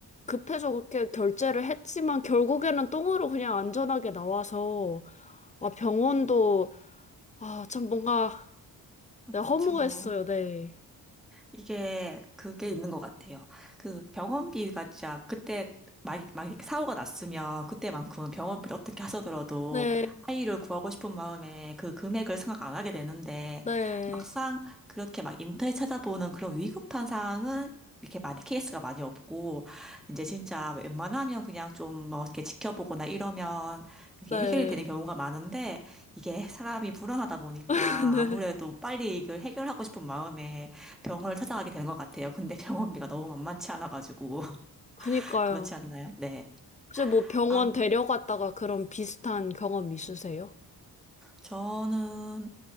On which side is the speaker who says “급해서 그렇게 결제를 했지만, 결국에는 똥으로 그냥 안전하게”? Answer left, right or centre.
Left